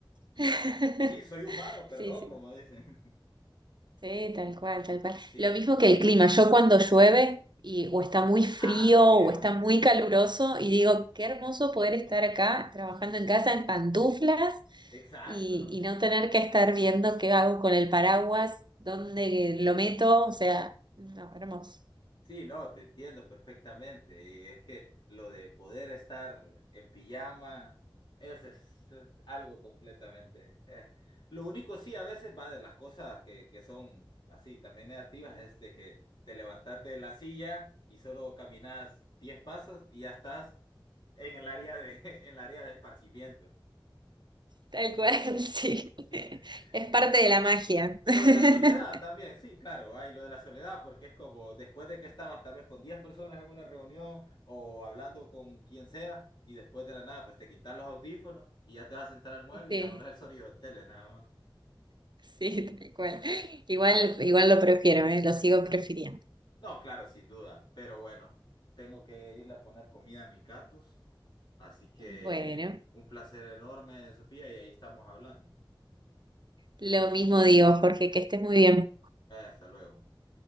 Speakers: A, on the right; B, on the left.
A: <laughs>
B: Sí, soy humano, perdón,
A: Sí, sí,
B: como dicen.
A: sí, tal cual, tal cual.
B: <laughs>
A: Lo mismo que
B: Sí.
A: el clima, yo cuando llueve y o está muy frío
B: Ah, también.
A: o está muy caluroso y digo, qué hermoso poder estar acá trabajando
B: <laughs>
A: en casa en pantuflas
B: Exacto.
A: y, y no tener que estar viendo qué hago con el paraguas, dónde lo meto, o sea, no, hermoso.
B: Sí, no, te entiendo perfectamente. Y es que lo de poder estar en pijama, eso es, es algo completamente. eh. Lo único sí, a veces va de las cosas que, que son así también negativas, es de que te levantás de la silla y solo caminas 10 pasos y ya estás en el área de, <laughs> en el área de esparcimiento.
A: Tal cual, <laughs> sí.
B: Sí. <laughs>
A: Es parte de la magia.
B: Y
A: <laughs>
B: lo de la soledad también, sí, claro, hay lo de la soledad, porque es como después de que estabas tal vez con 10 personas en una reunión o hablando con quien sea, y después de la nada, pues te quitas los audífonos y ya te vas a sentar al mueble
A: Sí,
B: y ya solo es el sonido del tele, nada más.
A: sí, tal cual. Igual, igual lo prefiero, ¿eh? Lo sigo prefiriendo.
B: No, claro, sin duda, pero bueno, tengo que irle a poner comida a mis gatos, así que
A: Bueno,
B: un placer enorme, Sofía, y ahí estamos hablando.
A: lo mismo digo, Jorge, que estés muy bien.
B: Vaya, hasta luego.